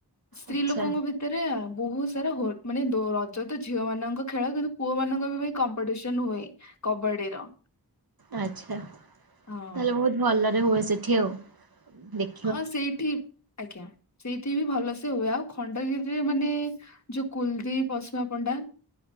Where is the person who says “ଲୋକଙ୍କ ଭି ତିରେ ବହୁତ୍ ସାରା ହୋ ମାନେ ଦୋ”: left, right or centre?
Left